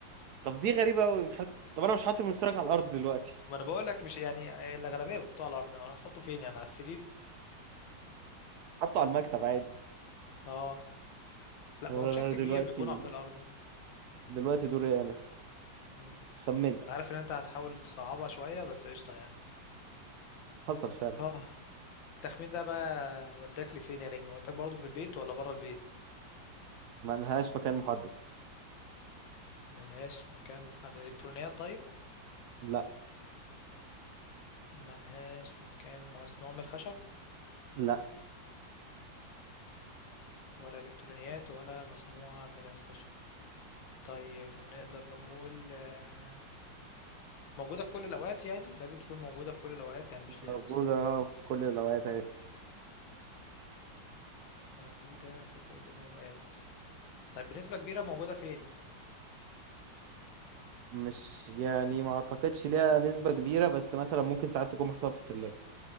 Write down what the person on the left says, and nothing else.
ما انا بقول لك مش يعني آه، الاغلبيه بحطوه على الارض انا هتحطه فين يعني على السرير
اه لا
ما هو بشكل كبير
بيكون في الارض
مم.
انا عارف ان انت هتحاول تصعبها شويه بس قشطه يعني
اه التخمين ده بقى وداك لفين يا نجم وداك برضه في البيت ولا بره البيت
ملهاش مكان محدد الكترونيات طيب
ملهاش مكان مصنوع من الخشب
ولا الكترونيات ولا مصنوعة من الخشب طيب نقدر نقول آه، موجودة في كل الأوقات يعني لازم تكون موجودة في كل الأوقات يعني مش ليها
مثلا
موجودة في كل الأوقات طيب بنسبة كبيرة موجودة فين